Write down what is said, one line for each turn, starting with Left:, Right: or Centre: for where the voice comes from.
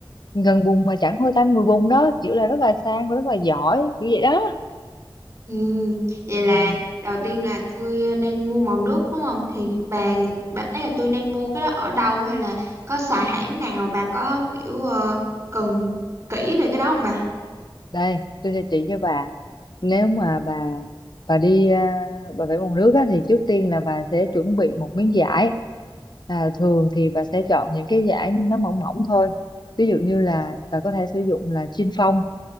Left: gần bùn mà chẳng hôi tanh mùi bùn đó kiểu là rất là sang và rất là giỏi kiểu vậy đó
Right: Ừ. Vậy là
Left: ừ.
Right: đầu tiên là tôi ờ, nên mua màu nước đúng không? Thì bà, bà ấy là tôi nên mua cái đó ở đâu hay là có xài hãng nào bà có kiểu ờ, cần kỹ về cái đó không bà?
Left: đây tôi sẽ chỉ cho bà nếu mà bà bà đi à, bà vẽ bằng nước á, thì trước tiên là bà sẽ chuẩn bị một miếng vải à, thường thì bà sẽ chọn những cái vải nó mỏng mỏng thôi ví dụ như là bà có thể sử dụng là chin phong